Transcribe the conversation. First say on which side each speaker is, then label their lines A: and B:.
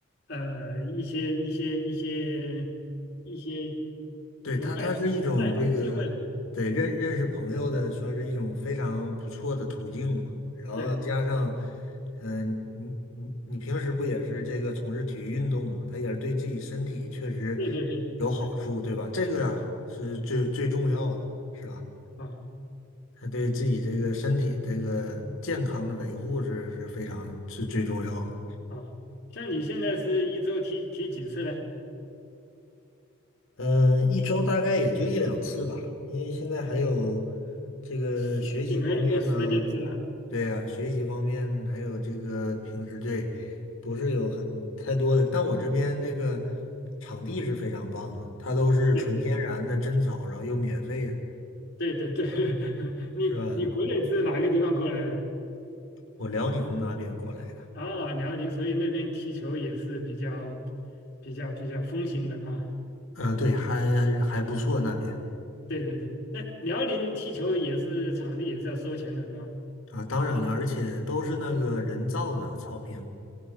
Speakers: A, on the left; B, on the left.
A: 呃一些一些一些一些
B: 对，
A: 人脉人脉吧，
B: 它它是一种这个，
A: 机会嘛。
B: 对，认认识朋友的，算是一种非常不错的途径嘛。然后加上，
A: 对
B: 嗯、你你你平时不也是这个从事体育运动嘛？它也是对自己身体确实
A: 对对对对
B: 有好处，对吧？这个啊是最最重要的，是吧？
A: 啊
B: 它对自己这个身体这个健康的维护是是非常是最重要的。
A: 啊，像你现在是一周踢踢几次呢？
B: 嗯，一周大概也就一两次吧，因为现在还有这个学习方面呢，
A: 时就没那么多时间是吧？
B: 对啊，学习方面还有这个平时对，不是有很太多的，但我这边那个场地是非常棒的，它都是纯天然的真草，
A: 对对
B: 然后又免费的，
A: 对对对，<laughs> 你你国内是哪个地方过来的？
B: 是吧？我辽宁那边过来的，
A: 啊，辽宁，所以那边踢球也是比较、比较、比较风行的啊。
B: 嗯，对，还还不错那边
A: 对对对，哎，辽宁踢球也是场地也是要收钱的，是吧？
B: 啊，当然了，而且都是那个人造的草坪，